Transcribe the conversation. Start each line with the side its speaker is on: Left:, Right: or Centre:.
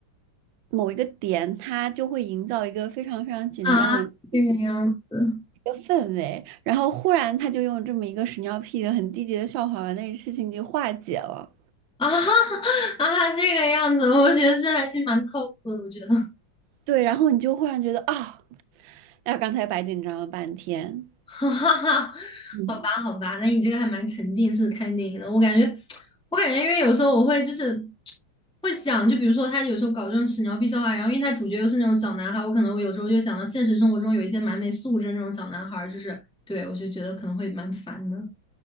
Right: 某一个点，他就会营造一个非常非常紧张的一
Centre: 啊，这个样子。
Right: 个氛围，然后忽然他就用这么一个屎尿屁的很低级的笑话把那个事情给化解了。
Centre: <laughs> 啊哈哈啊哈，这个样子，我觉得这还是蛮透苦的。我觉得，<laughs>
Right: 对，然后你就忽然觉得啊，哎呀刚才白紧张了半天。
Centre: 哈哈哈，
Right: 嗯，
Centre: 好吧，好吧，那你这个还蛮沉浸式看电影的。我感觉，我感觉，因为有时候我会就是会想，就比如说他有时候搞这种屎尿屁笑话，然后因为他主角又是那种小男孩，我可能我有时候就想到现实生活中有一些蛮没素质的那种小男孩儿就是对我就觉得可能会蛮烦的。